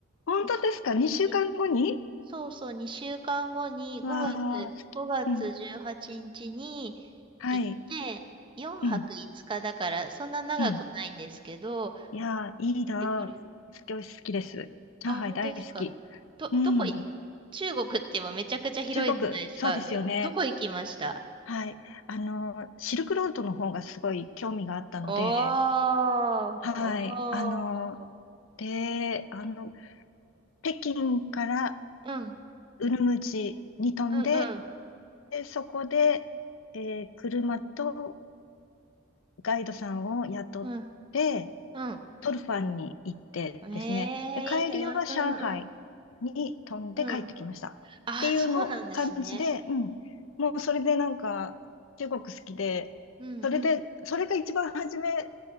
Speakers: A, on the left; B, on the right.
A: 本当ですか
B: にに
A: ?2 週間後に
B: そうそう、2週間後に5月、
A: わあ、好き。
B: 5月18日にちに
A: うん。はい。
B: 行って、4泊5日だから、
A: うん。
B: そんな長くないんですけど、
A: うん。いやー、いいなー。
B: で、これ、
A: 好き、好きです。上海大好き。
B: あ、本当ですか。ど、
A: うん。
B: どこい、中国って今めちゃくちゃ広いじゃないですか。
A: 中国、そうですよね。
B: ど、どこ行きました
A: はい。あのー、シルクロードの方がすごい興味があったので、
B: おー、
A: はい。
B: おー。
A: あのー、で、あの、北京から
B: うん、
A: ウルムチに飛んで、
B: うん、うん、
A: で、そこで、えー車とガイドさんを雇って、
B: うん、う
A: トルファンに行ってですね、
B: ん。え
A: で、
B: えーいいな。
A: 帰りは上海に飛んで帰ってきました。
B: うん、うん、うん。あ
A: っていうの感じで、
B: あ、そうなんですね。
A: うん、もうそれでなんか中国好きで、
B: うん、
A: それで、
B: うん、
A: それが一番初め、